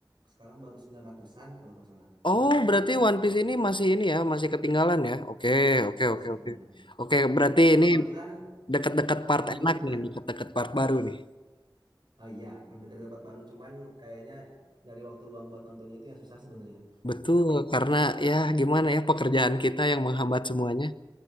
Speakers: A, on the right; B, on the left.
A: Sekarang baru 900-an kalau nggak salah.
B: Oh, berarti One Piece ini masih ini ya, masih ketinggalan ya? Oke, oke,
A: Masih
B: oke,
A: ketinggalan.
B: oke. Oke, berarti
A: Kalau
B: ini
A: Bang Ilan
B: deket-deket part
A: animenya
B: enak
A: apa
B: nih,
A: aja?
B: deket-deket part baru nih.
A: Oh iya, dekat-dekat baru cuman kayaknya dari waktu luang buat nontonnya itu yang susah sebenarnya.
B: Betul, karena ya gimana ya pekerjaan kita yang menghambat semuanya.